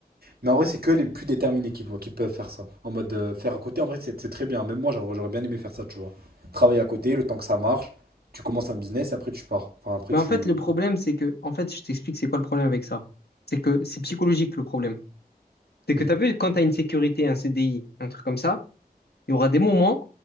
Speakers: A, on the right; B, on the left.
A: Mais en vrai, c'est que les plus déterminés qui, voient- qui peuvent faire ça. En mode euh, faire à côté, en vrai, c'est c'est très bien. Même moi, j'aurais j'aurais bien aimé faire ça, tu vois. Travailler à côté, le temps que ça marche, tu commences un business et après tu pars. Enfin, après
B: Mais
A: tu.
B: en fait, le problème, c'est que. En fait, je t'explique c'est quoi le problème avec ça. C'est que c'est psychologique le problème. C'est
A: Oui,
B: que tu as vu quand tu as une sécurité, un CDI, un truc comme ça. il y aura des moments